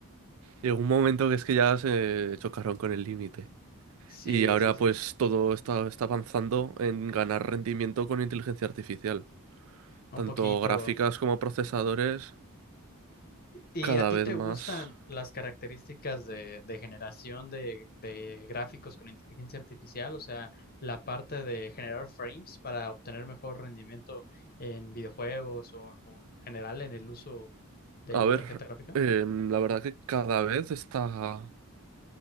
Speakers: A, on the right; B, on the left.
A: Llegó un momento que es que ya se chocaron con el límite.
B: Sí,
A: Y ahora
B: sí, sí.
A: pues todo está, está avanzando en ganar rendimiento con inteligencia artificial.
B: Un
A: Tanto
B: poquito.
A: gráficas como procesadores,
B: ¿Y
A: cada
B: a ti
A: vez
B: te
A: más.
B: gustan las características de, de generación de, de gráficos con inteligencia artificial? O sea, la parte de generar frames para obtener mejor rendimiento en videojuegos o, o en general en el uso de
A: A
B: la
A: ver,
B: tarjeta gráfica.
A: eh, la verdad que cada vez está,